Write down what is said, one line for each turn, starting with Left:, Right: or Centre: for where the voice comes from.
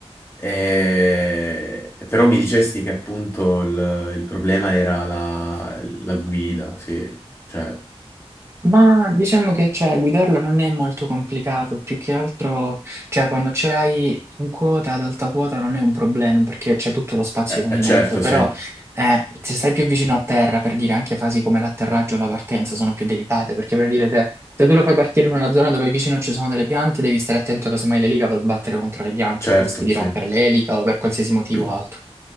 Left: e- però mi dicesti che appunto il, il problema era la, la guida, sì. Cioè,
Right: Ma diciamo che cioè, guidarlo non è molto complicato, più che altro cioè, quando ce l'hai in quota, ad alta quota non è un problema perché c'è tutto lo spazio
Left: eh,
Right: di movimento,
Left: eh, certo,
Right: però
Left: sì,
Right: eh, se stai più vicino a terra, per dire anche fasi come l'atterraggio o la partenza sono più delicate, perché per dire se, se tu lo fai partire in una zona dove vicino ci sono delle piante, devi stare attento che casomai l'elica va a sbattere contro le piante,
Left: certo,
Right: rischi di
Left: sì.
Right: rompere l'elica o per qualsiasi motivo
Left: <clears throat>
Right: altro.